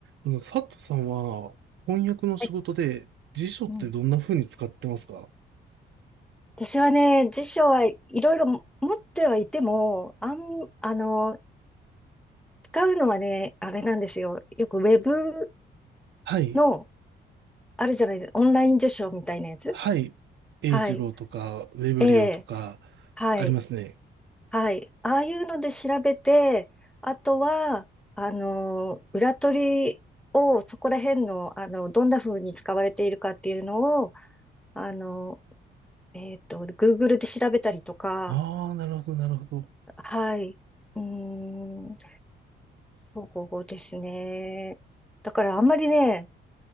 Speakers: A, on the right; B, in the centre.
A: あの佐藤さんは翻訳の仕事で辞書ってどんな風に使ってますか
B: えうん、私はね、辞書はいろいろ持ってはいても、あん、あの、使うのはね、あれなんですよ。よくウェブ
A: はい。
B: の、あるじゃないですか、オンライン辞書みたいなやつ。
A: はい。英二郎とか、
B: はい。
A: ウェブリオとか、
B: ええ、はい。
A: ありますね。
B: はい。ああいうので調べて、あとは、あの、裏取りを、そこら辺の、あの、どんな風に使われているかっていうのを、あの、えっと、Google で調べたりとか、
A: ああ、なるほど、なるほど。
B: はい。うーんそうですね。だからあんまりね、